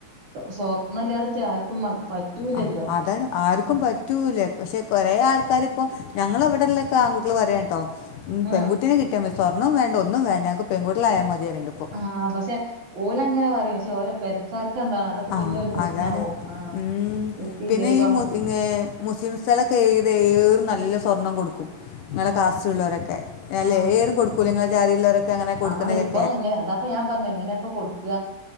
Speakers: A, on the right; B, on the left.
A: സ്വർണ്ണമല്ലാടത്തെ ആർക്കും മ- പറ്റൂലല്ലോ
B: ആ അതാണ് ആർക്കും
A: ആഹ്
B: പ- പറ്റൂല്ലേ പക്ഷെ കുറേ ആൾക്കാർ ഇപ്പോ ഞങ്ങൾ ഇവിടെയുള്ള ഒക്കെ ആൺകുട്ടികൾ പറയാട്ടൊ ഉം
A: ആഹ്
B: പെൺകുട്ടിനെ കിട്ടിയാ മതി സ്വർണം വേണ്ട ഒന്നും വേണ്ട ഞങ്ങൾക്ക് പെൺകുട്ടികളായാൽ മതീന്ന് പ്പോ
A: ആ പക്ഷെ ഓലങ്ങനെ പറയും പക്ഷെ ഓരോ പെരക്കാർക്ക് എന്താണ് അതൊക്കെ
B: ആ
A: പിന്നൊരു പ്രശ്നാവും
B: അതാണ്
A: ആഹ്
B: ഉം
A: കിട്ടിയില്ലേ
B: പിന്നെ
A: ഒരു
B: ഈ
A: പാവം
B: <inaudible> മുസ്ലിംസകൾക്കൊക്കെ ഏത് ഏറ് നല്ല സ്വർണം കൊടുക്കും. നിങ്ങളെ
A: ആഹ്
B: കാസ്റ്റ് ഉള്ളവരൊക്കെല്ല
A: ആഹ്
B: ഏരും കൊടുക്കൂല
A: ആഹ്
B: നിങ്ങളെ ജാതിയള്ളവരൊക്കെ അങ്ങനെ കൊടുക്കു
A: ആണ്
B: ണെക്കെ
A: ഇപ്പൊ എങ്ങനെ അതപ്പൊ ഞാൻ പറഞ്ഞു എങ്ങനെ ഇപ്പോ കൊടുക്ക